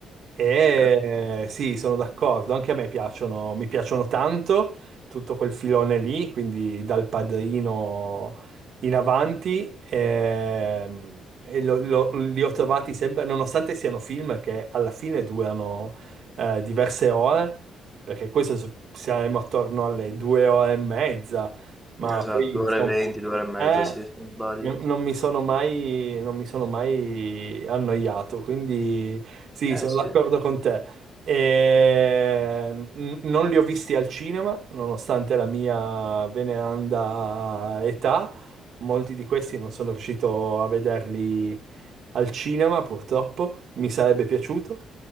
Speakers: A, on the right; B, in the centre.
A: E
B: sì.
A: sì, sono d'accordo, anche a me piacciono, mi piacciono tanto tutto quel filone lì, quindi dal Padrino in avanti, ehm, e, lo- lo- li ho trovati sempre, nonostante siano film che alla fine durano eh, diverse ore, perché questo s- siamo attorno alle due ore e mezza, ma
B: Esatto,
A: poi
B: due
A: insomma,
B: ore e venti, due ore e mezza,
A: eh,
B: sì, se non sbaglio.
A: non, non mi sono mai, non mi sono mai annoiato, quindi sì,
B: Eh
A: sono
B: sì.
A: d'accordo con te. E, n- non li ho visti al cinema, nonostante la mia veneranda età, molti di questi non sono riuscito a vederli al cinema, purtroppo, mi sarebbe piaciuto.